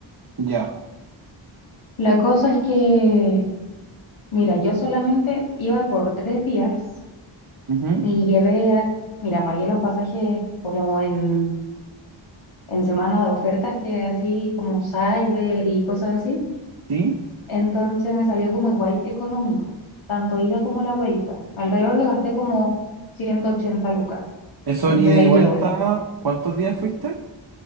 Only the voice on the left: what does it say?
La cosa es que, mira, yo solamente iba por tres días
y llevé... a- Mira, pagué los pasajes como en... en semana de ofertas que así como Cyber y cosas así.
Entonces me salió como igual económico, tanto ida como la vuelta. Alrededor de gasté como 180 lucas
entre
la
ida
y la vuelta.